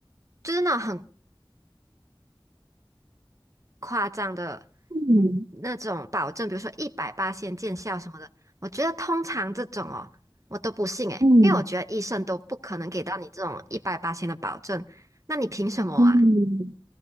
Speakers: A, on the right; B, on the right.
A: 就是那种很。夸张的
B: 嗯
A: 那种保证，比如说一百八先见效什么的，我觉得通常这种哦，我都不信诶，
B: 嗯
A: 因为我觉得医生都不可能给到你这种一百八的保证，那你凭什么啊？
B: 嗯。